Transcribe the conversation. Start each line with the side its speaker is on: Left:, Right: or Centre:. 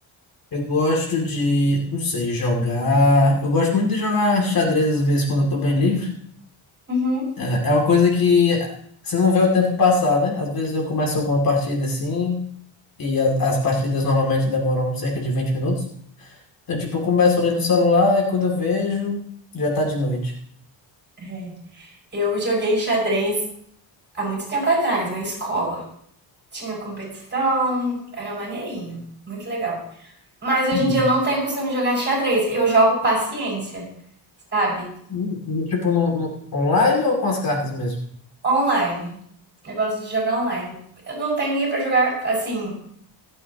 Left: Eu gosto de, não sei, jogar. Eu gosto muito de jogar xadrez às vezes quando eu tô bem livre.
Right: Uhum.
Left: É é uma coisa que você não vê o tempo passar, né? Às vezes eu começo alguma partida assim, e as, as partidas normalmente demoram cerca de 20 minutos. Então, tipo, eu começo ali no celular e quando eu vejo, já tá de noite.
Right: É. Eu joguei xadrez há muito tempo atrás, na escola. Tinha competição, era maneirinho, muito legal. Mas hoje
Left: Uhum.
Right: em dia eu não tenho costume de jogar xadrez, eu jogo paciência, sabe?
Left: Hum, hum. Tipo, no, no- online ou com as cartas mesmo?
Right: Online. Eu gosto de jogar online. Eu não tenho ninguém pra jogar assim.